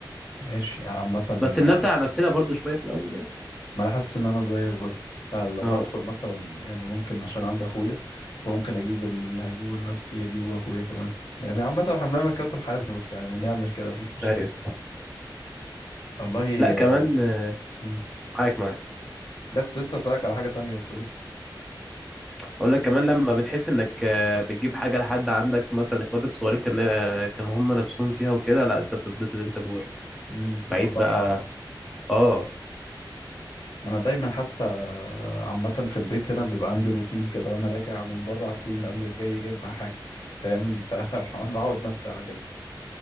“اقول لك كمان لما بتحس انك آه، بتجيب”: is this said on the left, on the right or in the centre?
Centre